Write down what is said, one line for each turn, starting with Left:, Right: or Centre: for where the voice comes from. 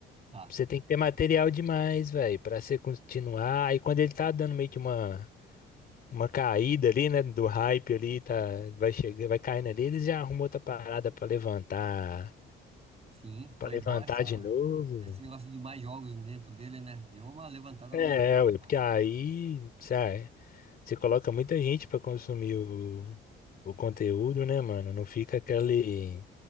Right: Tá.
Left: Você tem que ter material demais, velho, pra você continuar. Aí quando ele tá dando meio que uma, uma caída ali, né, do hype ali, tá, vai chegando, vai caindo ali, eles já arrumam outra parada pra levantar,
Right: Sim, foi
Left: Pra levantar
Right: igual essa,
Left: de novo,
Right: esse
Left: velho.
Right: negócio de mais jogos dentro dele, né? Deu uma levantada
Left: É,
Right: legal,
Left: ué,
Right: cara.
Left: porque aí, sabe, Você coloca muita gente pra consumir o, o conteúdo, né, mano? Não fica aquele,